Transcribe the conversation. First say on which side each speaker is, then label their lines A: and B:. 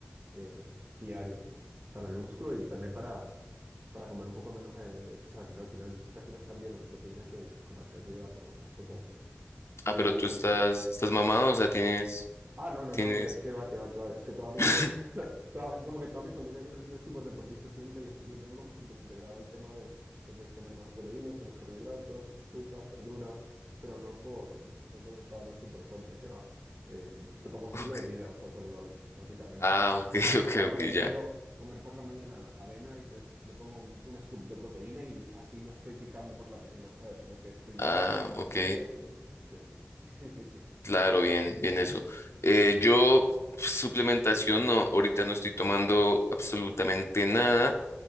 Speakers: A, on the right; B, on the left.
A: eh, diaria para el músculo y también para, para comer un poco menos de, de- O sea, al final prefiero estar lleno de proteína que comer carbohidratos o otras cosas. Tú...
B: Ah, pero tú estás, estás mamado, o sea, tienes,
A: Ah, no, no,
B: tienes.
A: no, que, que va, que va, que va. Es que toda mi...
B: <laughs>
A: <laughs> toda- es como que toda mi familia siempre ha sido súper deportista siempre y es- lo tengo como súper integrado el tema de, de pues comer más proteínas, menos carbohidratos, frutas, verduras, pero no por, no por estar súper fuerte, que va. Eh, como estilo
B: Ok.
A: de vida, o sea, saludable, básicamente
B: Ah, ok, <laughs> ok,
A: sea, por
B: ok,
A: ejemplo,
B: ya.
A: comer por la mañana avena y pues le pongo un, un scoop de proteína y así no estoy picando por la mañana, ¿sabes? Sino que estoy lleno
B: Ah,
A: por,
B: ok.
A: por la prote y así. Sí, sí, sí, sí.
B: Claro, bien, bien eso. Eh, yo, suplementación, no, ahorita no estoy tomando absolutamente nada.